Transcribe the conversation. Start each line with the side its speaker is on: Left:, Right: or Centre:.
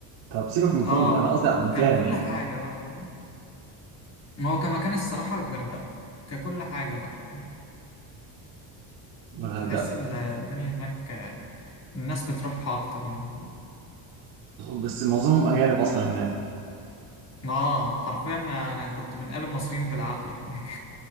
Right: طب سيبك من الفندق
Left: أه
Right: انا قصدي على المكان
Left: وكان كل حاجة بقى فاهم هو كمكان الصراحة الغردقة ككل حاجة بقى فاهم
Right: الغردقه
Left: تحس ال- الدنيا هناك آه، الناس بتروحها أكتر يعني فاهم
Right: بس معظمهم اجانب اصلا هناك
Left: أه حرفيا أنا كنت بنقابل مصريين بالعافية هناك